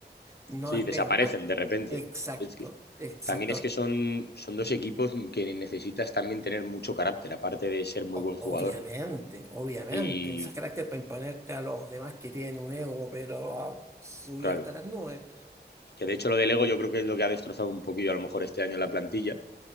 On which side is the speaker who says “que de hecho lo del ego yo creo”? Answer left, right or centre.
Left